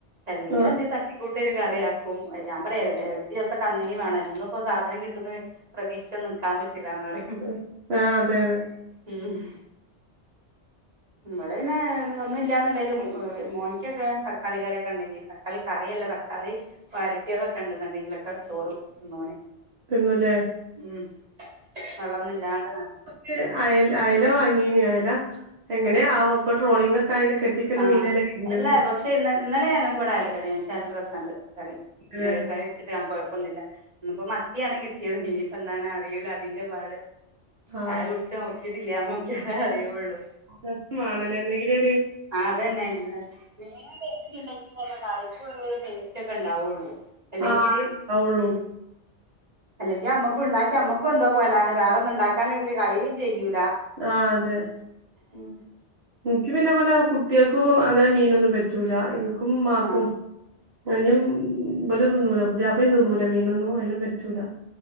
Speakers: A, on the right; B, on the right.
A: അല്ലെങ്കിൽ
B: ആഹ്
A: എന്തെങ്കിലും തട്ടിക്കൂട്ട്ഒര് കറിയാക്കും ഞാൻപറയാ ഒര്ദിവസം അങ്ങനിംവാണം എന്നുപ്പോ സാധനം കിട്ടുന്ന് പ്രതീക്ഷിച്ച്നിക്കാൻ പറ്റൂല്ലാന്ന്പറിം.
B: ഹ് ആഹ് അതെ, അതെ
A: ഉംഹ് ഇടെപിന്നെ... ഒന്നുഇല്ലന്നുണ്ടെങ്കിലും മോനിക്കൊക്കെ തക്കാളികറിയൊക്കെ ഇണ്ടെങ്കിൽ തക്കാളികറിയല്ലത ക്കാളി വരട്ടിയാതൊ ക്കെ ഇണ്ട്ന്ന്ണ്ടെ ങ്കിലൊക്കെ ചോറും തിന്നോന്
B: തിന്നുല്ലേ?
A: ഉം വെള്ളൊന്നുല്ലാണ്ട് ന്ന
B: ജ് അയല അയലവാങ്ങീനി അയല എങ്ങനെയാവോ പ്പൊട്രോളിങ്ങൊ ക്കെ ആയൊണ്ട് കെ ട്ടിക്കണ
A: ആഹ്
B: മീനല്ലേവര്ണെത്.
A: അല്ല പക്ഷെ ഇന്ന ഇന്നലെഞങ്ങൾക്ക് ഇവടെഅയലകറി പക്ഷെന്നല്ലേ രെസെണ്ട് കറി
B: ല്ലേ
A: കറിവെച്ചിട്ട്ആ കുയപ്പൊന്നില്ല. ഇന്നിപ്പോ മത്തിയാണ്കിട്ടിയത് ഇനിയിപ്പോ എന്താണ് അറിയൂല അതിന്റെപാട്
B: ആഹ്
A: ചായകുടിച്ച് നോക്കിട്ടില്ലഅത് നോക്കിയാലേ അറിയൊള്ളൂ.
B: ദെവസം വേണല്ലേ എന്നെങ്കിലൊര്
A: ആഹ് അതെന്നെ <unintelligible> മീ ടൊസ്റ്റിൽ ഉണ്ടങ്കിൽ തന്നെ കറിക്കും അങ്ങനൊരു ടേസ്റ്റ് ഒക്കെ ഉണ്ടാവുള്ളു അല്ലെങ്കില്
B: ആഹ് ആവൊള്ളൂ
A: ഉം അല്ലെങ്കി അമ്മക്കുണ്ടാക്കി അമ്മക്കും എന്തോപോലാണ് വേറൊന്നും ഇണ്ടാക്കാനവര്ക്ക് കഴിയും ചെയ്യൂല.
B: ആഹ് അതെ.
A: ഉം
B: ഇൻക്ക് പിന്നെഇവടെ കുട്ട്യാക്കു അങ്ങനെമീനൊന്നുംപറ്റൂല ഇൻക്കും ഇമാക്കും.
A: ആ
B: അഹ് ഞ്ഞുംഇബലുംതിന്നൂല പുതിയാപ്ലിം തിന്നൂലമീനൊന്നും അതിനുംപറ്റൂല.